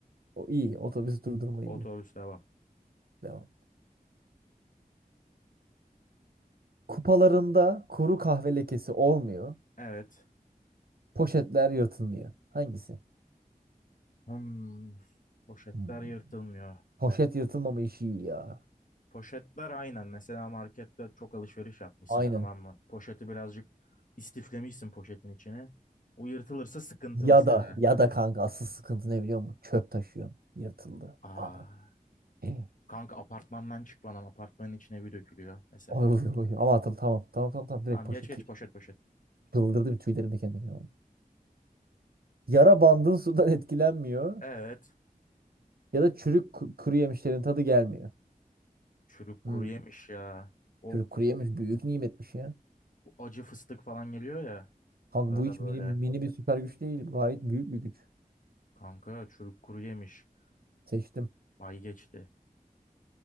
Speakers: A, on the right; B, on the left.
A: O iyi otobüs durdurma
B: Otobüs
A: iyi.
B: devam.
A: Devam. Kupalarında kuru kahve lekesi olmuyor.
B: Evet.
A: Poşetler yırtılmıyor. Hangisi?
B: Hmm, poşetler
A: Hmm.
B: yırtılmıyor.
A: Poşet yırtılmama işi iyi ya.
B: Poşetler aynen. Mesela markette çok alışveriş yapmışsın
A: Aynen.
B: tamam mı? Poşeti birazcık istiflemişsin poşetin içine. O yırtılırsa sıkıntı
A: Ya
B: mesela.
A: da ya da kanka asıl sıkıntı ne biliyor musun? Çöp taşıyorsun. Yırtıldı.
B: Aa,
A: Anam. Ay,
B: kanka apartmandan çıkmadan apartmanın içine bir dökülüyor mesela.
A: oy, oy. Ama atıl tamam. Tamam tamam tamam. Direkt
B: Tamam
A: poşet.
B: geç geç poşet poşet.
A: Çıldırdım tüylerim diken diken oldu. Yara bandın sudan <laughs> etkilenmiyor.
B: Evet.
A: Ya da çürük ku- kuru yemişlerin tadı gelmiyor.
B: Çürük
A: Hmm.
B: kuru yemiş ya. O,
A: Çürük kuru yemiş büyük nimetmiş ya.
B: o acı fıstık falan geliyor ya.
A: Kanka
B: Arada
A: bu hiç
B: böyle.
A: mini, mini bir süper güç değil. Gayet büyük bir güç.
B: Kanka çürük kuru yemiş.
A: Seçtim.
B: Vay geçti.